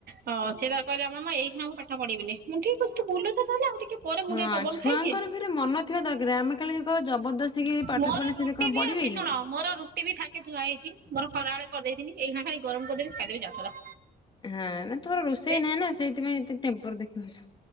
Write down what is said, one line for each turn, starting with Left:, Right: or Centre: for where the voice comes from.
Right: ହଁ ସେତାର କହିଲା ମାମା ଏଇଖିଣା ମୁଁ ପାଠ ପଢିବିନି ମୁଁକହିଲି ଠିକ ଅଛି ତୁ ବୁଲୁଥା ତାହେଲେ ଆଉ ଟିକେ- ପରେ ମୁଁ
Left: ହଁ
Right: ଟିକେ ପବନ
Left: ଛୁଆଙ୍କର
Right: ଖାଇଦିଏ
Left: ଫରେ ମନ ଥିବା ଦରକାର ଆମେ କାଲି ଜବରଦସ୍ତି କି ପାଠ
Right: ମୋର
Left: ପଢେଇଲେ
Right: ରୁଟି
Left: ସେ କଣ
Right: ବି
Left: ପଢିବେ
Right: ଅଛି
Left: କି?
Right: ଶୁଣ ମୋର ରୁଟି ବି ଥାକେ ଥୁଆ ହେଇଛି ମୋର ଖରାବେଳେ କରିଦେଇଥିଲି ଏଇକ୍ଷିଣା ଖାଲି ଗରମ କରିଦେବି ଖାଇଦେବୁ ଯା ସଇଲା।
Left: ହାଁ ନାଁ ତୁମର ରୋଷେଇ
Right: ଏ
Left: ନାହିଁ ନାଁ ସେଇଥିପାଇଁ ଏତେ ଟେମ୍ପର ଦେଖଉଛୁ।